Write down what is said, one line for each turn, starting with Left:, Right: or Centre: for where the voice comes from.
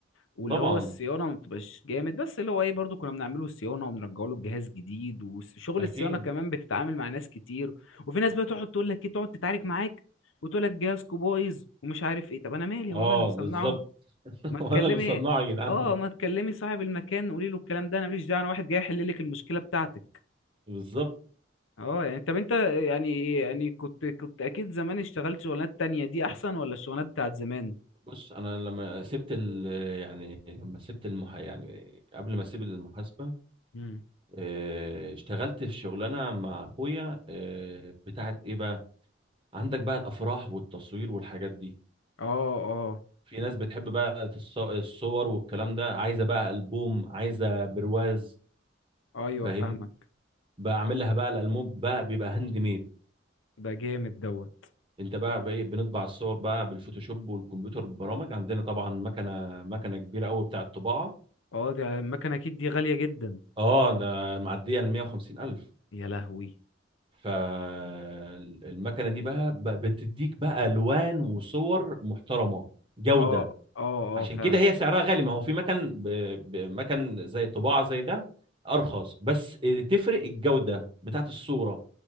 Left: واللي
Right: طبعا
Left: هو الصيانه ما بتبقاش جامد بس اللي هو ايه برضو كنا بنعمله الصيانه وبنرجعه له الجهاز جديد وشغل
Right: اكيد
Left: الصيانه كمان بتتعامل مع ناس كتير وفي ناس بقى تقعد تقول لك ايه تقعد تتعارك معاك وتقول لك جهازكو بايظ ومش عارف ايه طب انا مالي
Right: اه
Left: هو انا اللي مصنعه
Right: بالظبط <laughs>
Left: ما
Right: وانا
Left: تكلمي
Right: اللي مصنعه يا جدعان
Left: اه ما تكلمي صاحب المكان قولي له الكلام ده انا ماليش دعوه انا واحد جاي يحل لك المشكله بتاعتك
Right: بالظبط
Left: اه يعني طب انت يعني يعني كنت كنت اكيد زمان اشتغلت شغلانات تانية دي احسن ولا الشغلانات بتاعت زمان
Right: بص انا لما سبت ال يعني لما سبت المح يعني قبل ما اسيب المحاسبه
Left: امم
Right: آه، اشتغلت في شغلانه مع اخويا آه، بتاعت ايه بقى عندك بقى الافراح والتصوير والحاجات دي
Left: اه اه
Right: في ناس بتحب بقى الص- الصور والكلام ده عايزه بقى البوم عايزه برواز
Left: ايوه
Right: فاهم
Left: فاهمك
Right: بقى اعمل لها بقى الالبوم بقى بيبقى هاند ميد
Left: ده جامد دوت
Right: انت بقى بايه بنطبع الصور بقى بالفوتوشوب والكمبيوتر ببرامج عندنا طبعا مكنه مكنه كبيره قوي بتاعه طباعه
Left: اه دي المكنة اكيد دي غالية جدا
Right: اه ده معديه ال 150 الف
Left: يا لهوي
Right: فالمكنه دي بقى ب- بتديك بقى الوان وصور محترمه جوده
Left: اه اه
Right: عشان
Left: اه فعلا
Right: كده هي سعرها غالي ما هو في مكن ب- ب- مكن زي طباعه زي ده ارخص بس تفرق الجوده بتاعت الصوره